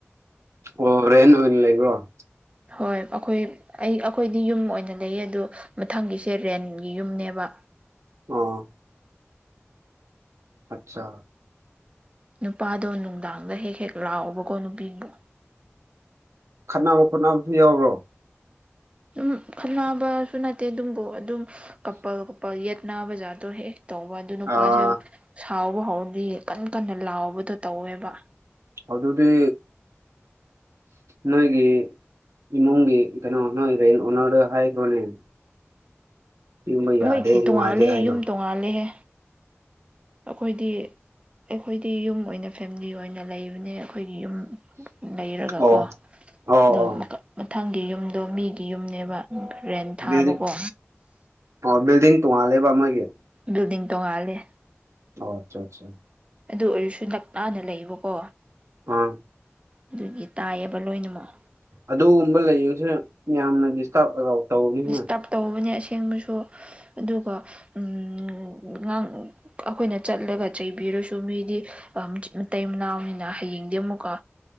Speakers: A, on the right; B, on the right.
A: ꯑꯣ ꯔꯦꯟ ꯑꯣꯏꯅ ꯂꯩꯕꯔꯣ
B: ꯍꯣꯏ ꯑꯩꯈꯣꯏ ꯑꯩ ꯑꯩꯈꯣꯏꯗꯤ ꯌꯨꯝ ꯑꯣꯏꯅ ꯂꯩꯌꯦ ꯑꯗꯨꯗꯣ ꯃꯊꯪꯒꯤꯁꯦ ꯔꯦꯟꯒꯤ ꯌꯨꯝꯅꯦꯕ
A: ꯑ ꯑꯆꯥ
B: ꯅꯨꯄꯥꯗꯣ ꯅꯨꯡꯗꯥꯡꯗ ꯍꯦꯛ ꯍꯦꯛ ꯂꯥꯛꯑꯣꯕꯀꯣ ꯅꯨꯄꯤꯕꯨꯣ
A: ꯈꯠꯅꯕ ꯈꯣꯠꯅꯕꯁꯨ ꯌꯥꯎꯕ꯭ꯔꯣ
B: ꯑꯗꯨꯝ ꯈꯠꯕꯁꯨ ꯅꯠꯇꯦ ꯑꯗꯨꯝꯕꯨ ꯑꯗꯨꯝ ꯀꯞꯄꯜ ꯀꯄꯜ ꯌꯦꯠꯅꯥꯕꯖꯥꯗ ꯍꯦ ꯇꯧ ꯋꯥ ꯑꯗꯨ ꯅꯨꯄꯥꯁꯨ
A: ꯑꯥ
B: ꯁꯥꯎꯕ ꯍꯧꯔꯕꯗꯤ ꯀꯟꯅ ꯀꯟꯅ ꯂꯥꯎꯕꯗꯣ ꯇꯧꯋꯦꯕ
A: ꯑꯗꯨꯗꯤ ꯅꯣꯏꯒꯤ ꯏꯃꯨꯡꯒꯤ ꯀꯩꯅꯣ ꯅꯣꯏꯔꯦꯟ ꯑꯣꯅꯔꯗ ꯍꯥꯏꯈ꯭ꯔꯣꯅꯦ ꯁꯤꯒꯨꯝꯕ ꯌꯥꯗꯦ
B: ꯃꯣꯏꯒꯤꯗꯤ
A: ꯅꯨꯡꯉꯥꯏꯇꯦ
B: ꯇꯣꯡꯉꯥꯂꯍꯦ
A: ꯍꯥꯏꯗꯣ
B: ꯌꯨꯝ ꯇꯣꯡꯉꯥꯂꯍꯦ ꯑꯩꯈꯣꯏꯗꯤ ꯑꯩꯈꯣꯏꯗꯤ ꯌꯨꯝ ꯑꯣꯏꯅ ꯐꯦꯃꯤꯂꯤ ꯑꯣꯏꯅ ꯂꯩꯕꯅꯦ ꯑꯩꯈꯣꯏꯒꯤ ꯌꯨꯝ ꯂꯩꯔꯒꯀꯣ
A: ꯑꯣ ꯑꯣ
B: ꯑꯗꯣ
A: ꯑꯣ
B: ꯃꯊꯪꯒꯤ ꯌꯨꯝꯗꯣ ꯃꯤꯒꯤ ꯌꯨꯝꯅꯦꯕ ꯎ ꯔꯦꯟ ꯊꯥꯕꯀꯣ
A: ꯕꯤꯜꯗꯤꯡ ꯑꯣ ꯕꯤꯜꯗꯤꯡ ꯇꯣꯉꯥꯜꯂꯦꯕ ꯃꯥꯒꯤ
B: ꯕꯤꯜꯗꯤꯡ ꯇꯣꯡꯉꯥꯜꯂꯦ
A: ꯑꯣ ꯑꯠꯆꯥ ꯑꯆꯥ
B: ꯑꯗꯨ ꯑꯣꯏꯔꯁꯨ ꯅꯛ ꯅꯥꯟꯅ ꯂꯩꯌꯦꯕꯀꯣ
A: ꯑꯥ
B: ꯑꯗꯨꯒꯤ ꯇꯥꯏꯌꯦꯕ ꯂꯣꯏꯅꯃꯛ
A: ꯑꯗꯨꯒꯨꯝꯕ ꯂꯩꯕꯁꯦ ꯌꯥꯝꯅ ꯗꯤꯁꯇꯔꯕ ꯂꯧ ꯇꯧꯅꯤꯍ
B: ꯗꯤꯁꯇꯔꯕ ꯇꯧꯕꯅꯦ ꯑꯁꯦꯡꯕꯁꯨ ꯑꯗꯨꯒ ꯎꯝ ꯉꯥꯡ ꯑꯩꯈꯣꯏꯅ ꯆꯠꯂꯒ ꯆꯩꯕꯤꯔꯁꯨ ꯃꯤꯗꯤ ꯃꯇꯩ ꯃꯅꯥꯎꯅꯤꯅ ꯍꯌꯦꯡꯗꯤ ꯑꯃꯨꯛꯀꯣ